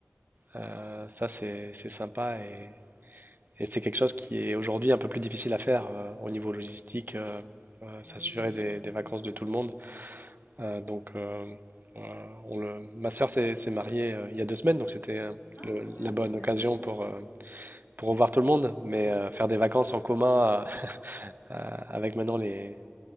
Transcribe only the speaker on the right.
Euh, ça, c'est c'est sympa et, et c'est quelque chose qui est aujourd'hui un peu plus difficile à faire euh, au niveau logistique, euh, euh, s'assurer
des, des vacances de tout le monde. Euh, donc, euh, euh, on le... ma sœur s'est s'est mariée euh, il y a deux semaines, donc c'était euh,
le-
la bonne
occasion pour, euh, pour revoir tout le monde, mais euh, faire des vacances en commun euh, <laughs> euh, avec maintenant les